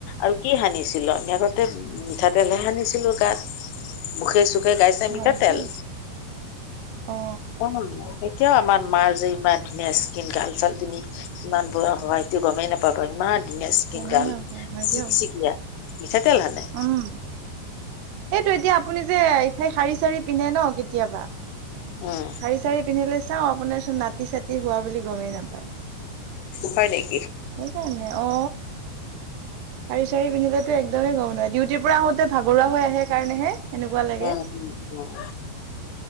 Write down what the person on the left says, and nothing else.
আৰু কি সানিছিলো আমি আগতে মিঠাতেলহে সানিছিলো গাত মুখে চুখে গাইছাই
মিঠাতেল
অ এতিয়াও আমাৰ মাৰ যে ইমান ধুনীয়া স্কম গাল চাল তুমি ইমান বুঢা হোৱাইটো গমেই নাপাবা ইমান ধুনীয়া ইচকন
গাল
চিক
চিক মিঠাতেল হানে
উম
হয় নেকি?
উম উম উম।